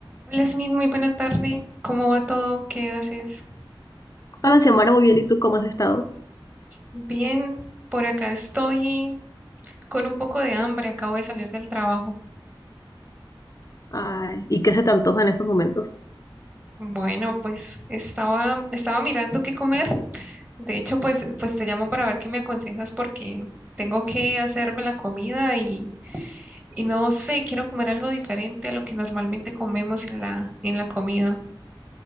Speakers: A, on the right (about 15°); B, on the left (about 40°).
A: Hola Smith, muy buena tarde. ¿Cómo va todo? ¿Qué haces?
B: Hola, Xiomara, muy bien. ¿Y tú cómo has estado?
A: Bien, por acá estoy con un poco de hambre, acabo de salir del trabajo.
B: Ay, ¿y qué se te antoja en estos momentos?
A: Bueno, pues estaba, estaba mirando qué comer. De hecho, pues, pues te llamo para ver qué me aconsejas porque tengo que hacerme la comida y, y no sé, quiero comer algo diferente a lo que normalmente comemos en la, en la comida.